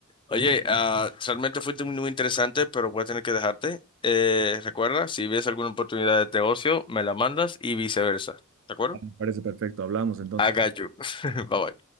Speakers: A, on the left; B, on the right.
A: Oye, ah, realmente fuiste muy, muy interesante, pero voy a tener que dejarte. Eh, recuerda, si ves alguna oportunidad de negocio, me la mandas y viceversa. ¿De acuerdo?
B: me parece perfecto. Hablamos entonces.
A: I got you. <laughs> Bye bye.